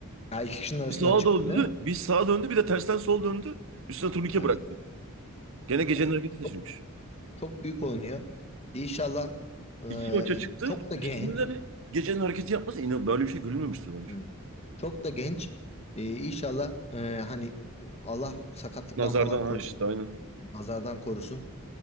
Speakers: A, on the left (about 30°); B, on the right (about 60°).
A: Ya iki kişinin arasından
B: Bir sağa
A: çıktı
B: döndü,
A: değil mi?
B: bir sağa döndü bir de tersten sol döndü. Üstüne turnike
A: Evet.
B: bıraktı. Gene gecenin
A: Ya
B: hareketi taşınmış.
A: çok, çok büyük oynuyor. İnşallah
B: İki maça
A: e,
B: çıktı.
A: çok da
B: İkisinde
A: genç.
B: de gecenin hareketi yapması inan böyle bir şey görülmemiştir bence.
A: Hı. Çok da genç. E, İnşallah e, hani Allah sakatlıktan
B: Nazardan
A: falan
B: ha
A: korusun.
B: işte aynen.
A: Nazardan korusun.